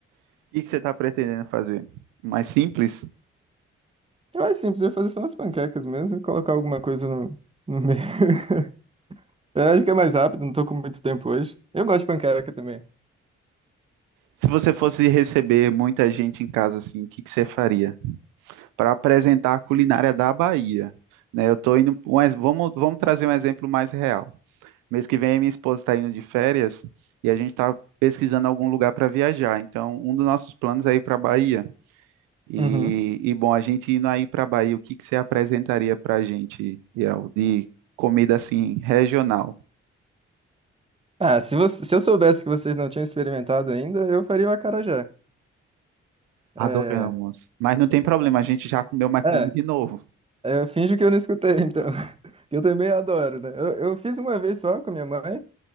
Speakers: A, on the right; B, on the right.
A: O que que você está pretendendo fazer? Mais simples?
B: Eu acho simples, eu vou fazer só umas panquecas mesmo e colocar alguma coisa no, no meio. <laughs> Eu acho que é mais rápido, não tô com muito tempo hoje. Eu gosto de panqueca também.
A: Se você fosse receber muita gente em casa assim, o que que você faria? Para apresentar a culinária da Bahia, né? Eu tô indo, mas vamos, vamos trazer um exemplo mais real. Mês que vem, minha esposa está indo de férias e a gente está pesquisando algum lugar para viajar. Então, um dos nossos planos é ir para a Bahia. E,
B: Uhum.
A: e, bom, a gente indo aí para a Bahia, o que que você apresentaria para a gente, Biel, de comida assim regional?
B: Ah, se você, se eu soubesse que vocês não tinham experimentado ainda, eu faria o acarajé.
A: Adoramos.
B: É,
A: Mas não tem problema, a gente já comeu, mas come
B: é,
A: de novo.
B: eu finjo que eu não escutei, então. <laughs> Que Eu também adoro, né? Eu, eu fiz uma vez só com a minha mãe.